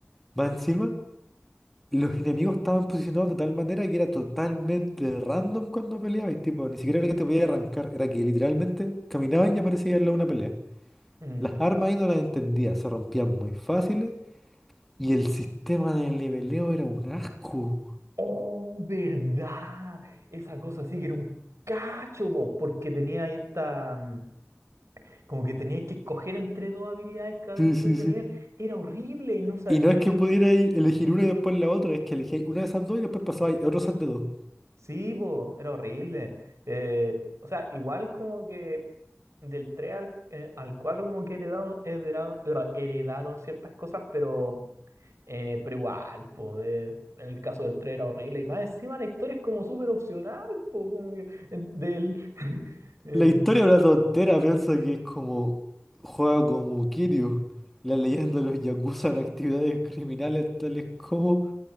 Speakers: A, in the centre; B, on the right.
A: Más encima. Los enemigos estaban posicionados de tal manera que era totalmente random cuando peleabas, tipo, ni siquiera era que te podías arrancar, era que literalmente caminaban y aparecía al lado una pelea.
B: Mm.
A: Las armas ahí no las entendía, se rompían muy fáciles y el sistema de leveleo era un asco.
B: Oh, verdad. Esa cosa sí que era un cacho, vos, porque tenía ahí esta, mm, como que tenía que escoger entre dos habilidades cada
A: Sí,
B: vez que
A: sí,
B: soy de
A: sí.
B: nivel. Era horrible y no sabía.
A: Y no
B: eh,
A: es que pudierais elegir una y después la otra, es que elegíais una de esas dos y después pasabais a otro set de dos.
B: sí, vos, era horrible. Eh, o sea, igual como que del 3 al, eh, al 4 como que heredaron, heredaron, heredaron ciertas cosas, pero, eh, pero igual, pues, en el caso del 3 era horrible. Y más encima la historia es como súper opcional, pues, como que en- del... <laughs> Eh,
A: La historia es una tontera, piensa que es como juega como Kiryu, la leyenda de los yakuza en actividades criminales tales como